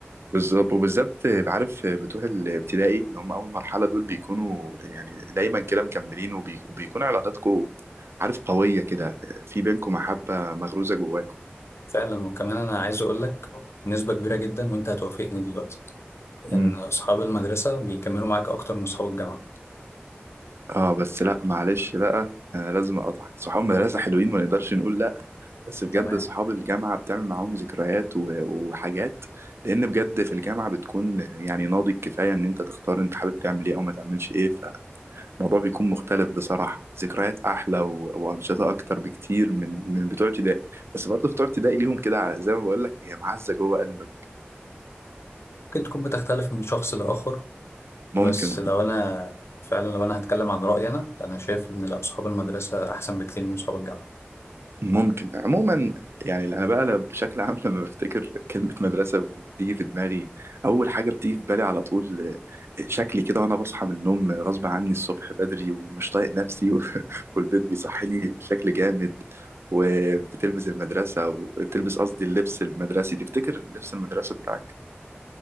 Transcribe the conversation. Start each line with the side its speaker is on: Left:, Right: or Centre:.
Right: بالظبط وبالذات عارف بتوع الابتدائي اللي هم اول مرحله دول بيكونوا يعني دايما كده مكملين وبي- وبيكون علاقاتكم عارف قويه كده في بينكم محبه مغروزه جواكم
Left: فعلا وكمان أنا عايز أقول لك بنسبة كبيرة جدا وأنت هتوافقني دلوقتي إن
Right: امم
Left: أصحاب المدرسة بيكملوا معاك أكتر من أصحاب الجامعة
Right: اه بس لا معلش بقى انا لازم اقطعك صحاب المدرسه حلوين ما نقدرش نقول لا بس بجد
Left: تمام
Right: صحاب الجامعه بتعمل معاهم ذكريات و- وحاجات لان بجد في الجامعه بتكون يعني ناضج كفايه ان انت تختار انت حابب تعمل ايه او ما تعملش ايه الموضوع بيكون مختلف بصراحة ذكريات أحلى و... وأنشطة أكتر بكتير من من بتوع ابتدائي بس برضه بتوع ابتدائي ليهم كده ع- زي ما بقول لك هي معزة جوه قلبك
Left: ممكن تكون بتختلف من شخص لآخر
Right: ممكن
Left: بس لو أنا فعلا لو أنا هتكلم عن رأيي أنا أنا شايف إن لأ أصحاب المدرسة أحسن بكتير من أصحاب الجامعة
Right: ممكن عموما يعني انا بقى ل- بشكل عام <laughs> لما بفتكر كلمه مدرسه وبتيجي في دماغي اول حاجه بتيجي في بالي على طول آه، شكلي كده وانا بصحى من النوم آه، غصب عني الصبح بدري ومش طايق نفسي و- <laughs> والبيت بيصحيني بشكل جامد وبتلبس المدرسه وبتلبس قصدي اللبس المدرسي تفتكر لبس المدرسه بتاعك